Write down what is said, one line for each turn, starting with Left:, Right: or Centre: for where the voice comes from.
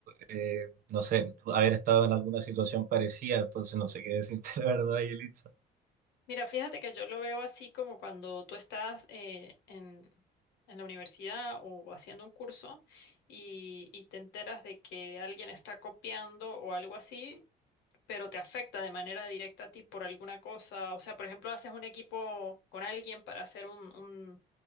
Right: eh, no sé, haber estado en alguna situación parecida, entonces no sé qué decirte <laughs> la verdad, Yelitza.
Left: Mira, fíjate que yo lo veo así como cuando tú estás eh, en, en la universidad o haciendo un curso y, y te enteras de que alguien está copiando o algo así, pero te afecta de manera directa a ti por alguna cosa. O sea, por ejemplo, haces un equipo con alguien para hacer un, un